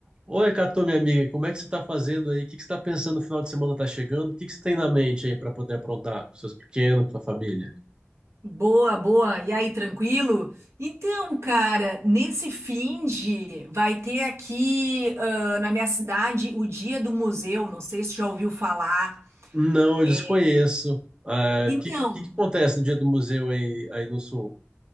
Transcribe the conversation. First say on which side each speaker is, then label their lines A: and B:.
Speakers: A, on the right; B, on the right.
A: Oi, Catu, minha amiga, como é que você está fazendo aí? O que que você está pensando no final de semana está chegando? O que que você tem na mente aí para poder aprontar com seus pequenos, com sua família?
B: Boa, boa. E aí, tranquilo? Então, cara, nesse fim de vai ter aqui ah, na minha cidade o Dia do Museu. Não sei se já ouviu falar.
A: Não, eu
B: É,
A: desconheço. Ah,
B: Então,
A: O que, que, que acontece no dia do museu aí, aí no Sul?